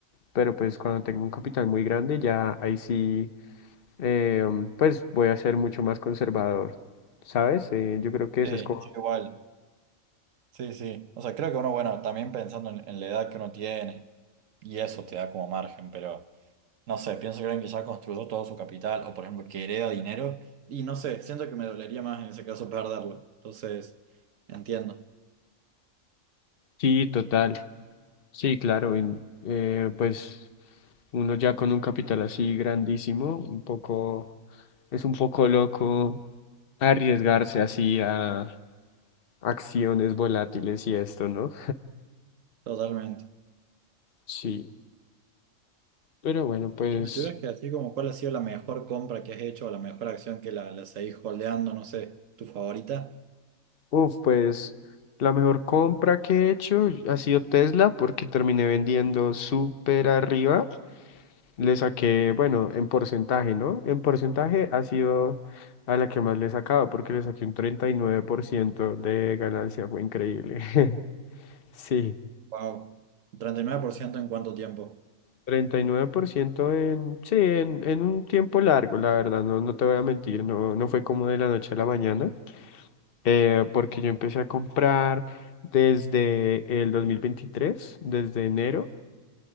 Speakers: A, on the left; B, on the right.
A: pero pues cuando tengo un capital muy grande ya ahí sí, eh, pues voy a ser mucho más conservador, ¿sabes? Eh, yo creo que eso
B: Sí,
A: es como...
B: yo igual. Sí, sí. O sea, creo que uno, bueno, también pensando en, en la edad que uno tiene, y eso te da como margen, pero no sé, pienso que alguien que ya construyó todo su capital, o por ejemplo, que hereda dinero, y no sé, siento que me dolería más en ese caso perderlo. Entonces, entiendo,
A: Sí, total. Sí, claro, en- eh, pues uno ya con un capital así grandísimo, un poco, es un poco loco arriesgarse así a acciones volátiles y esto, ¿no?
B: totalmente.
A: Sí, pero bueno, pues,
B: Y si me tuvieras que decir como cuál ha sido la mejor compra que has hecho, o la mejor acción que la, la seguís holdeando, no sé, tu favorita,
A: uff, pues la mejor compra que he hecho ha sido Tesla porque terminé vendiendo súper arriba Le saqué, bueno, en porcentaje, ¿no? En porcentaje ha sido a la que más le he sacado, porque le saqué un 39% de ganancia, fue increíble. <laughs> Sí,
B: wow, 39% en cuánto tiempo.
A: 39% en, sí, en, en un tiempo largo, la verdad, no, no te voy a mentir, no, no fue como de la noche a la mañana, eh, porque yo empecé a comprar desde el 2023, desde enero,